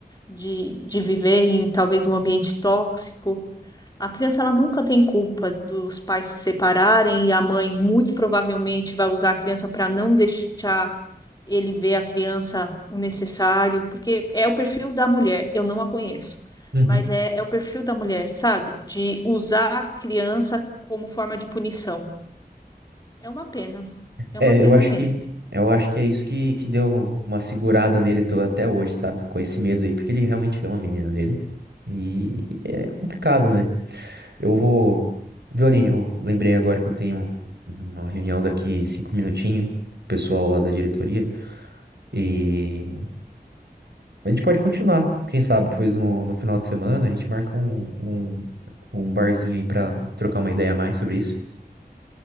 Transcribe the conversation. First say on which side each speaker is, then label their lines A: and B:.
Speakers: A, on the left; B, on the right.
A: de, de viver em talvez um ambiente tóxico. A criança ela nunca tem culpa dos pais se separarem e a mãe muito provavelmente vai usar a criança para não deixar ele ver a criança o necessário, porque é o perfil da mulher, eu não a conheço,
B: Uhum.
A: mas é, é o perfil da mulher, sabe? De usar a criança como forma de punição. É uma pena, é
B: É,
A: uma pena
B: eu acho
A: mesmo.
B: que. Eu acho que é isso que, que deu uma segurada nele to- até hoje, sabe? Com esse medo aí, porque ele realmente ama a menina dele. E é complicado, né? Eu vou. Violine, eu lembrei agora que eu tenho uma reunião daqui cinco minutinhos, pessoal lá da diretoria. E A gente pode continuar. Quem sabe depois no, no final de semana a gente marca um, um, um barzinho aí pra trocar uma ideia a mais sobre isso.